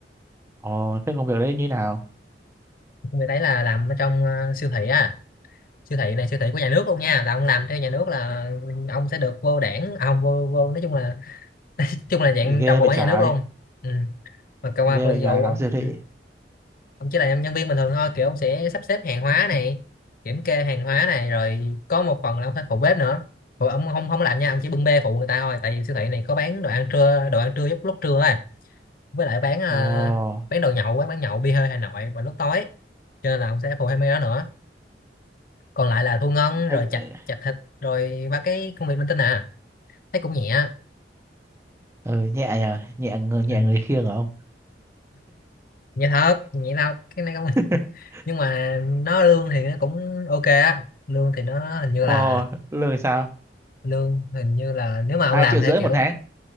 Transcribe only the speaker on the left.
Người đấy là làm ở trong ờ, siêu thị á. siêu thị này siêu thị của nhà nước luôn nha là ông làm theo nhà nước là ông sẽ được vô đảng à, không vô, vô nói chung là nói chung là dạng
trong bộ
máy
nhà nước luôn ừ. mà cơ quan
ví dụ
ông
ừ. ông chỉ là nhân viên bình thường thôi kiểu ông sẽ sắp xếp hàng hóa này kiểm kê hàng hóa này rồi có một phần là ông phải phụ bếp nữa phụ ông không không làm nha ông chỉ bưng bê phụ người ta thôi tại vì siêu thị này có bán đồ ăn trưa đồ ăn trưa lúc lúc trưa á với lại bán à,
bán đồ nhậu quán bán nhậu bia hơi Hà Nội vào lúc tối cho nên là ông sẽ phụ thêm mấy đó nữa còn lại là thu ngân
rồi chặt chặt thịt rồi ba cái công việc linh tinh à thấy cũng nhẹ
ừ.
nhẹ thật nhẹ thật cái này
không <laughs> nhưng mà nó lương thì nó cũng ok á lương thì nó hình như
là
lương hình như là nếu mà ông
làm
theo
kiểu